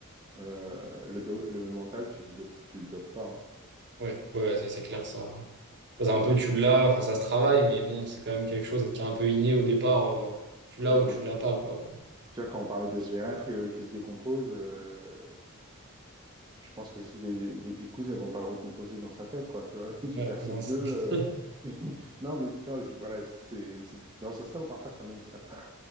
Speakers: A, on the right (about 20°); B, on the right (about 50°).
A: Euh, le, do- le mental, tu le, dopes- tu le dopes pas. hein.
B: Ouais, ouais, ouais, ça c'est clair, ça. Ça,
A: Ah,
B: c'est un
A: surtout
B: peu tu
A: qu'il-
B: l'as, enfin ça se travaille, mais bon, c'est quand même quelque chose qui est un peu inné au départ. euh, tu l'as
A: ouais,
B: ou
A: quand,
B: tu l'as pas, quoi.
A: tu vois, quand on parlait de Zverev euh, qui se décompose, euh, je pense que si les, les Picous, elles vont pas le recomposer dans sa tête, quoi. Tu vois, <laughs> tu
B: Ouais,
A: perds
B: non,
A: 7
B: c'est-
A: deux euh,
B: <laughs>
A: <laughs> Non, mais non, je- voilà, c'est c'est dans ce sens-là où parfois ça m'é- ça- ah,